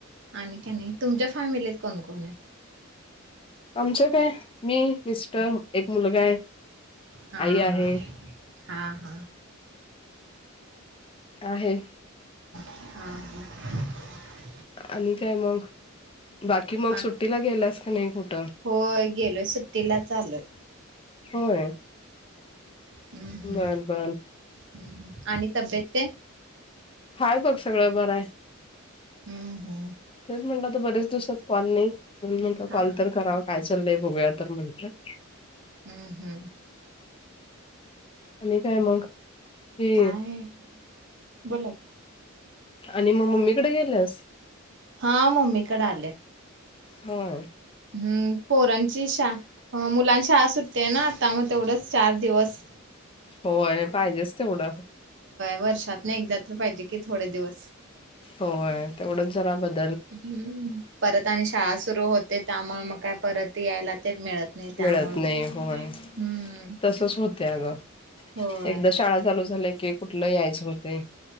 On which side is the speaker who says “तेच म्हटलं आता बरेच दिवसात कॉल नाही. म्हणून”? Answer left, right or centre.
Left